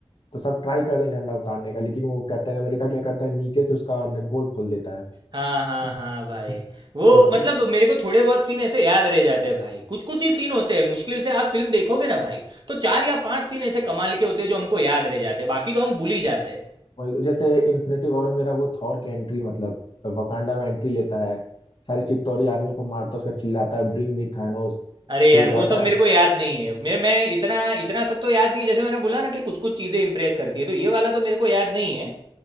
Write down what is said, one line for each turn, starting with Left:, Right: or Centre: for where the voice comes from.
Left: तो सब ट्राई करते हैं झंडा उतारने का लेकिन वो कैप्टन अमेरिका क्या करता है नीचे से उसका नट बोल्ट खोल देता है
Right: हाँ हाँ
Left: तो
Right: हाँ भाई
Left: <laughs>
Right: वो
Left: तो पू-
Right: मतलब मेरे को थोड़े बहुत सीन ऐसे याद रह जाते हैं भाई कुछ कुछ ही सीन होते हैं मुश्किल से आप फिल्म देखोगे ना भाई तो चार या पांच सीन ऐसे कमाल के होते हैं जो हमको याद रह जाते हैं बाकी तो हम भूल ही जाते हैं
Left: वही तो जैसे इन्फिनिटी वॉर में मेरा वो थॉर की एंट्री मतलब वकांडा में एंट्री लेता है सारी चित्तौरी आर्मी को मारता है उसका चिल्लाता है ब्रिंग मी थानोस
Right: अरे
Left: फिर
Right: यार
Left: हो
Right: वो
Left: जाता
Right: सब मेरे
Left: है
Right: को याद नहीं है मैं मैं इतना इतना सब तो याद नहीं है। जैसे मैंने बोला ना कि कुछ कुछ चीज़ें इम्प्रेस करती है तो ये वाला तो मेरे को याद नहीं है